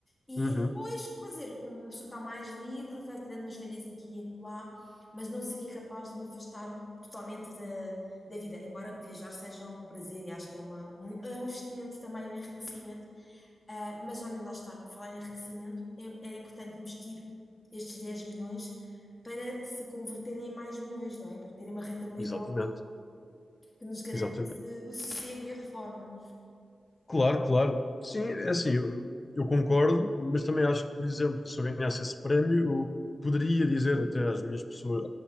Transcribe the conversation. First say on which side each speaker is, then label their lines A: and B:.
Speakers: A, on the left (about 20°); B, on the left (about 35°).
A: E
B: Uhum,
A: depois, quer dizer, como uma pessoa está mais livre, vai tirando umas férias aqui e acolá, mas não seria capaz de me afastar totalmente da, da vida, embora viajar seja um prazer e acho que é, uma, um- é um investimento também, um enriquecimento. Ah, mas olha, lá está, falar em enriquecimento, é- era importante investir estes 10 milhões para se converterem em mais milhões, não é? Para terem uma rentabilidade
B: exatamente,
A: que nos garantisse
B: exatamente.
A: o sossego e a reforma.
B: Claro, claro. Sim, é assim, eu, eu concordo, mas também acho que, por exemplo, se eu ganhasse esse prémio, eu poderia dizer até às minhas pessoas,